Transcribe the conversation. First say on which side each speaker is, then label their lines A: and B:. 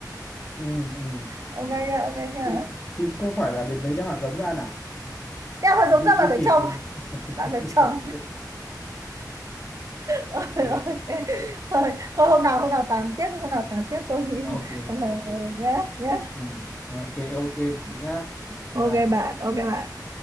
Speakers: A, on the left; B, on the right.
A: ừ ừ
B: ok
A: ừ.
B: chưa ok chưa
A: thế thì không phải là đến lấy đem hạt giống ra à
B: đeo hạt
A: để
B: giống
A: duy
B: ra
A: duy
B: bạn phải
A: trì
B: trồng
A: cái <laughs>
B: bạn phải trồng Ôi,
A: ok
B: ok thôi thôi hôm nào hôm nào tám tiếp hôm nào tám tiếp tôi nghĩ <laughs>
A: ok ok
B: nhé nhé
A: ừ, ok ok thế nhá bye
B: ok
A: bye
B: bạn ok bạn